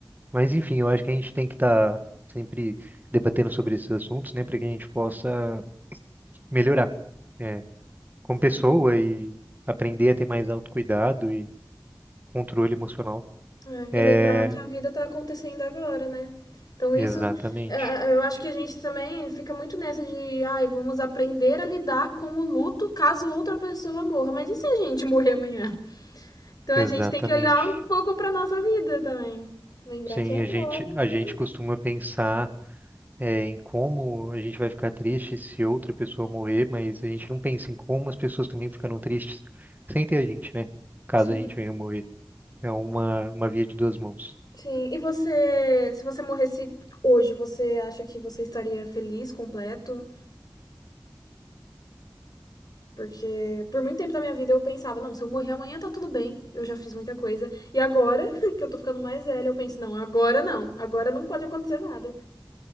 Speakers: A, on the right; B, on the left.
A: Mas enfim, eu acho que a gente tem que estar sempre debatendo sobre esses assuntos, né? Para que a gente possa melhorar, né? Como
B: sim.
A: pessoa e aprender a ter mais autocuidado e controle emocional.
B: É,
A: É,
B: e lembrar que a vida tá acontecendo agora, né? Então isso,
A: exatamente,
B: é, é, eu acho que a gente também fica muito nessa de, ai, vamos aprender a lidar com o luto caso outra pessoa morra. Mas e se a gente morrer amanhã? Então a
A: exatamente.
B: gente tem que olhar um pouco para nossa vida também. Lembrar
A: Sim,
B: que é agora.
A: a gente, a
B: e
A: gente
B: é
A: costuma
B: isso.
A: pensar é, em como a gente vai ficar triste se outra pessoa morrer, mas a gente não pensa em como as pessoas também ficaram tristes sem ter a gente, né? Caso
B: Sim,
A: a gente venha morrer. É uma, uma via de duas mãos.
B: sim. E você, se você morresse hoje, você acha que você estaria feliz, completo? Porque por muito tempo da minha vida eu pensava, não, se eu morrer amanhã tá tudo bem, eu já fiz muita coisa. E agora, <laughs> que eu tô ficando mais velha, eu penso, não, agora não, agora não pode acontecer nada.